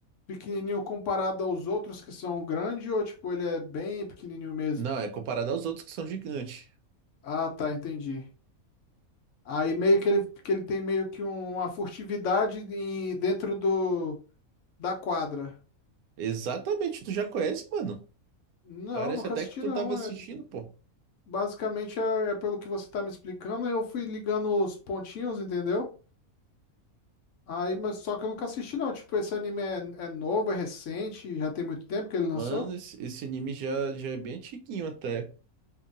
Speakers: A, on the left; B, on the right.
A: pequenininho comparado aos outros que são grandes ou tipo, ele é bem pequenininho mesmo?
B: Não, é comparado aos outros que são gigantes.
A: Ah, tá, entendi. Aí meio que ele, que ele tem meio que um, uma furtividade em- dentro do, da quadra.
B: Exatamente, tu já conhece, mano.
A: Não,
B: Parece
A: nunca
B: até
A: assisti
B: que tu
A: não.
B: tava assistindo,
A: É,
B: pô.
A: basicamente é, é pelo que você tá me explicando, eu fui ligando os pontinhos, entendeu? Aí, mas só que eu nunca assisti não. Tipo, esse anime é, é novo, é recente, já tem muito tempo que ele lançou?
B: Mano, esse esse anime já, já é bem antiguinho até.